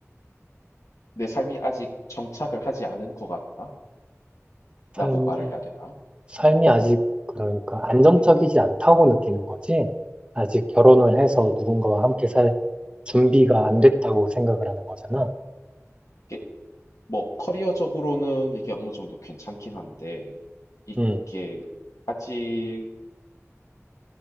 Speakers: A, on the left (about 85°); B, on the right (about 20°).
A: 내 삶이 아직 정착을 하지 않은 것 같다?
B: 삶이
A: 라고 말을 해야 되나?
B: 삶이
A: 어,
B: 아직 그러니까 안정적이지
A: 음.
B: 않다고 느끼는 거지. 아직 결혼을 해서 누군가와 함께
A: 음.
B: 살 준비가 안 됐다고 생각을 하는 거잖아.
A: 이게 뭐 커리어적으로는 이게 어느 정도 괜찮긴 한데, 이게
B: 음,
A: 아직